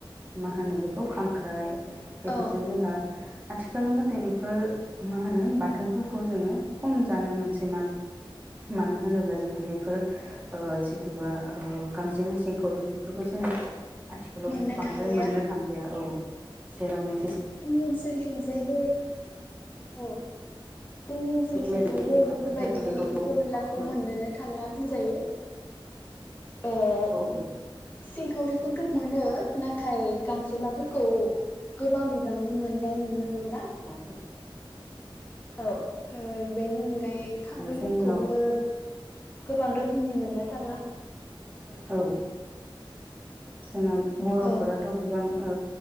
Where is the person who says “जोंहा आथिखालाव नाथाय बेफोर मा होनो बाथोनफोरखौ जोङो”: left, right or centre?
Right